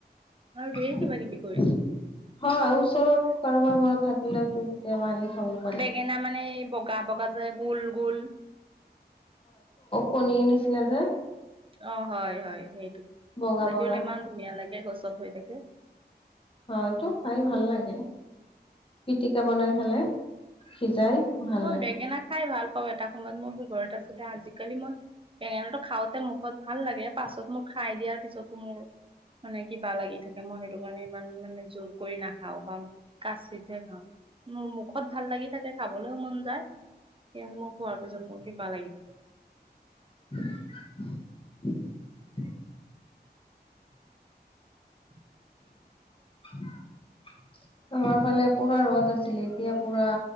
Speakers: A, on the right; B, on the left.
A: আৰু ঢেৰ
B: হয়,
A: কিবা কিবি কৰিছে
B: ওচৰত কাৰোবাৰ ঘৰত। থাকিলেও তোৰ কেতিয়াবা আনি। খাব পাৰি
A: বেঙেনা মানে এই বগা বগা যে গোল গোল।
B: পনীৰ নিচিনা যে।
A: অ হয় হয়, সেইটো
B: বগা
A: দেখিবলৈ
B: বগা
A: ইমান ধুনীয়া লাগে গছত হৈ থাকে।
B: হয়, এইটো খাই ভাল লাগে পিটিকা বনাই খালে। সিজাই ভাল
A: মই
B: লাগে
A: বেঙেনা খাই ভাল পাওঁ। এটা সময়ত মোৰ ঘৰত আছিলে, আজিকালি মই- বেঙেনাটো খাওঁতে মুখত ভাল লাগে, পাছত মোক খাই দিয়াৰ পিছতো মোৰ- মানে কিবা লাগি থাকে, মই সেইটো কাৰণে ইমান মানে জোৰ কৰি নাখাও বা কাচিতহে খাওঁ। মোৰ মুখত ভাল লাগি থাকে। খাবলৈও মন যায়, সেই মোৰ খোৱাৰ পিছত মোৰ কিবা লাগি থাকে।
B: <unintelligible>
A: <unintelligible>
B: হয় <unintelligible>
A: <unintelligible>
B: আমাৰ ফালে পুৰা ৰ'দ আছিলে, এতিয়া পুৰা